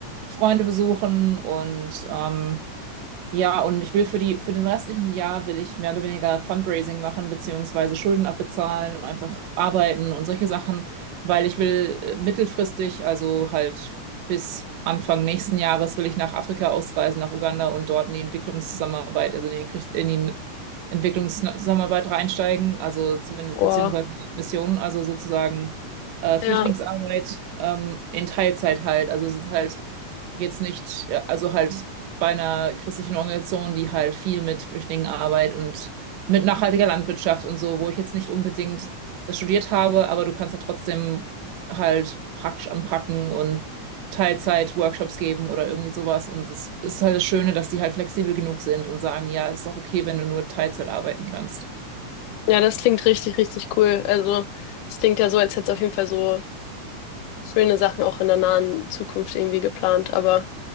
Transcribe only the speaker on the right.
Freunde besuchen und ähm, Ja, und ich will für die, für den restlichen Jahr will ich mehr oder weniger Fundraising machen, beziehungsweise Schulden abbezahlen und einfach arbeiten und solche Sachen, weil ich will äh, mittelfristig, also halt bis Anfang nächsten Jahres will ich nach Afrika ausreisen, nach Uganda und dort in die Entwicklungszusammenarbeit, also in die, Krieg- in die Entwicklungszusammenarbeit reinsteigen, also zumindest,
beziehungsweise Missionen, also sozusagen äh, Flüchtlingsarbeit
ähm, in Teilzeit halt. Also es ist halt jetzt nicht, äh, also halt bei einer christlichen Organisation, die halt viel mit Flüchtlingen arbeitet und mit nachhaltiger Landwirtschaft und so, wo ich jetzt nicht unbedingt das studiert habe, aber du kannst da trotzdem halt praktisch anpacken und Teilzeit-Workshops geben oder irgendwie sowas. Und es ist halt das Schöne, dass die halt flexibel genug sind und sagen, ja, es ist auch okay, wenn du nur Teilzeit arbeiten kannst.